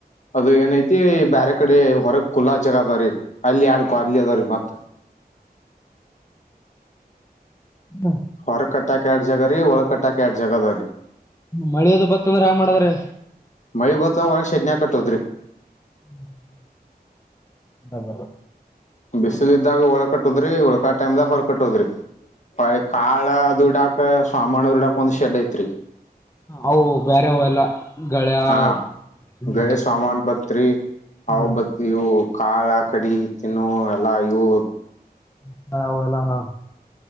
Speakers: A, on the left; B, on the left.
A: ಅದು ಏನೈತಿ ಬ್ಯಾರೆ ಕಡೆ ಹೊರಗ್ ಕುಲ್ಲಾ ಜಾಗ ಅದಾರಿ ಅಲ್ಲಿ ಯಾಡ್ ಕ್ವಾಲಿ ಅದಾವ್ರೀ ಮತ್.
B: ಹ್ಮ.
A: ಹೊರಗ್ ಕಟ್ಟಾಕ ಯಾಡ್ ಜಗರಿ ಒಳಗ್ ಕಟ್ಟಕ್ ಯಾಡ್ ಜಗದರೀ.
B: ಮಳಿ ಅದು ಬತ್ತಂದ್ರ ಹ್ಯಾಂಗ ಮಾಡದ್ರಿ.
A: ಮಳಿ ಬತ್ತಂದ್ರ ಒಳಗೆ ಶಡ್ನ್ಯಗ್ ಕಟ್ಟೋದ್ರಿ.
B: ಹ್ಮ್ ಹ್ಮ ಹ್ಮ್ ಡಬ
A: ಬಿಸಿಲಿದ್ದಾಗ ಒಳಗ್ ಕಟ್ಟದ್ರಿ ಉಳ್ಕಾ ಟೈಮ್ದಾಗ ಹೊರಗ್ ಕಟ್ಟದ್ರಿ. ಪ ಕಾಳದು ಇಡಾಕ್ ಸಾಮಾನದುಡಾಕ್ ಒಂದ್ ಶೆಡ್ ಐತ್ರಿ.
B: ಅವು ಬೇರೆ ಅವು ಎಲ್ಲ ಗಳ್ಯಾ
A: ಹಾ
B: ಹ್ಮ್
A: ಗಯ ಸಾಮನ್ ಬತ್ರಿ ಹವು
B: ಹ್ಮ್
A: ಬ <unintelligible> ಇವು ಕಾಳ ಕಡಿ ತಿನ್ನು ಎಲ್ಲ ಇವು
B: <unintelligible> ಲ್ಲ ಹಾ